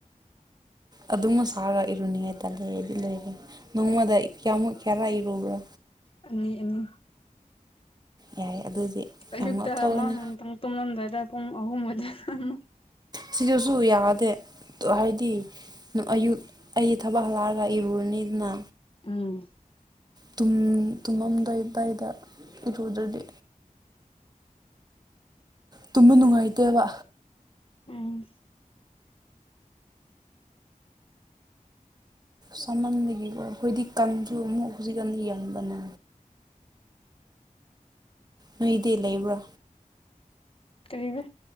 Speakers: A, on the right; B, on the left.
A: ꯑꯗꯨꯝꯒ ꯁꯥꯔꯒ ꯏꯔꯨꯅꯤꯉꯦ ꯇꯜꯂꯦ ꯑꯩꯗꯤ ꯂꯩꯔꯦ ꯅꯣꯡꯃꯗ ꯀꯌꯥꯃꯨꯛ ꯀꯌꯥꯔ ꯏꯔꯨꯕ꯭ꯔꯥ
B: ꯑꯅꯤ ꯑꯅꯤ
A: ꯌꯥꯏ ꯑꯗꯨꯗꯤ
B: ꯑꯌꯨꯛꯇ
A: ꯌꯥꯝ ꯉꯧꯊꯣꯛꯑꯅꯤ
B: ꯑꯃ ꯅꯨꯡꯗꯥꯡ ꯇꯨꯡꯂꯝꯗꯥꯏꯗ ꯄꯨꯡ ꯑꯍꯨꯝ ꯑꯗꯥꯏꯗ ꯑꯃ
A: ꯁꯤꯗꯁꯨ ꯌꯥꯗꯦ ꯍꯥꯏꯗꯤ ꯑꯌꯨꯛ ꯑꯩ ꯊꯕꯛ ꯍꯜꯂꯛꯑꯒ ꯏꯔꯨꯔꯅꯤꯗꯅ
B: ꯎꯝ
A: ꯇꯨꯝ ꯇꯨꯝꯃꯝꯗꯥꯏ ꯑꯗꯨꯋꯥꯏꯗ ꯏꯔꯨꯗ꯭ꯔꯗꯤ ꯇꯨꯝꯕ ꯅꯨꯡꯉꯥꯏꯇꯦꯕ
B: ꯎꯝ
A: ꯁꯥꯃꯟꯕꯤꯥꯒꯤꯀꯣ ꯑꯩꯈꯣꯏꯗꯤ ꯀꯟꯁꯨ ꯑꯃꯨꯛ ꯍꯧꯖꯤꯛ ꯑꯃꯨꯛ ꯌꯦꯟꯕꯅꯦ ꯅꯣꯏꯗꯤ ꯂꯩꯕ꯭ꯔꯣ
B: ꯀꯔꯤꯕ